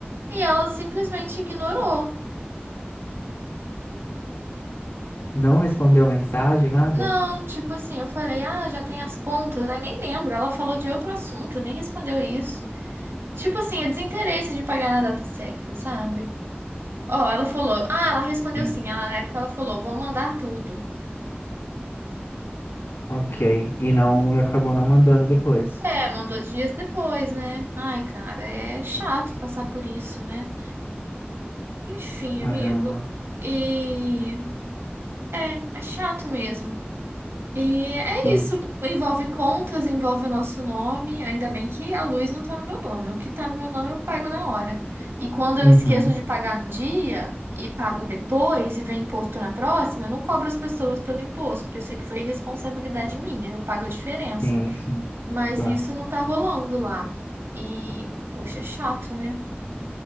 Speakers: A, on the right; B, on the left.
A: E ela simplesmente ignorou.
B: Não respondeu a mensagem, nada?
A: Não, tipo assim, eu falei, ah, já tem as contas. Aí nem lembro. Ela falou de outro assunto, nem respondeu isso. Tipo assim, é desinteresse de pagar na data certa, sabe? Ó, ela falou, ah, ela respondeu
B: Sim.
A: sim. Ela, na época ela falou, vou mandar tudo.
B: Ok. E não, e acabou não mandando depois.
A: É, mandou dias depois, né? Ai, cara, é chato passar por isso, né? Enfim,
B: Caramba.
A: amigo. E é, é chato mesmo. E é
B: Sim.
A: isso. Envolve contas, envolve o nosso nome. Ainda bem que a luz não tá no meu nome. O que tá no meu nome eu pago na hora. E quando eu
B: Uhum.
A: esqueço de pagar no dia e pago depois e vem imposto na próxima, eu não cobro as pessoas pelo imposto, porque eu sei que foi responsabilidade minha. Eu pago a diferença.
B: Sim, sim,
A: Mas
B: claro.
A: isso não tá rolando lá. E, poxa, é chato, né?